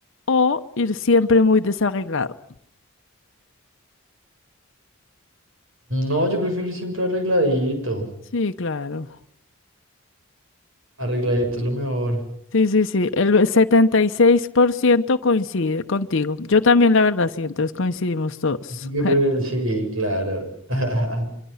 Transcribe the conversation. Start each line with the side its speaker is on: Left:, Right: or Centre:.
Left: o ir siempre muy desarreglado?
Right: No, yo prefiero ir siempre arregladito.
Left: Sí, claro.
Right: Arregladito es lo mejor.
Left: Sí, sí, sí. El 76% coincide contigo. Yo también, la verdad, sí. Entonces coincidimos todos.
Right: Yo pre- Sí, claro. <laughs>